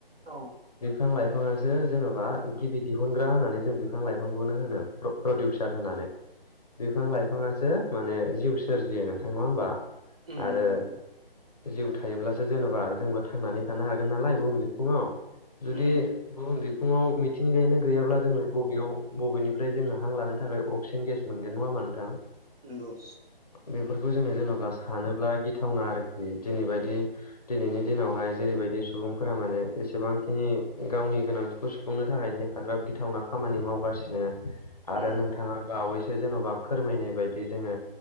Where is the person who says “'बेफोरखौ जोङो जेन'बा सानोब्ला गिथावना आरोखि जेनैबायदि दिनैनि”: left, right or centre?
Left